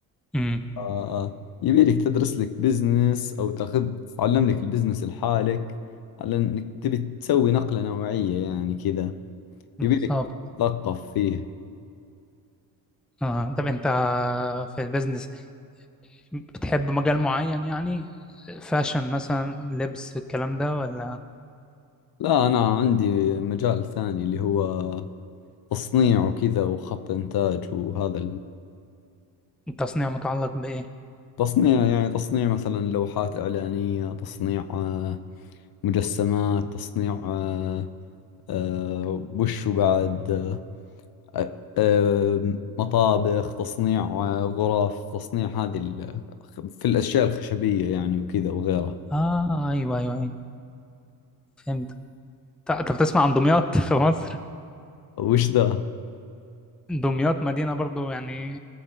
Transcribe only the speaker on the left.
آه، يبي لك تدرس لك بزنس او تاخذ تعلم لك البزنس لحالك على انك تبي تسوي نقلة نوعية يعني كذا
يبي لك تثقف فيه
لا أنا عندي مجال ثاني اللي هو تصنيع وكذا وخط إنتاج وهذا
التصنيع يعني تصنيع مثلا لوحات إعلانية تصنيع آه، مجسمات تصنيع آه، آه، وش بعد آه، آه، مطابخ تصنيع آه، غرف تصنيع هذه ال- في الأشياء الخشبية يعني وكذا وغيرها
وش ذا؟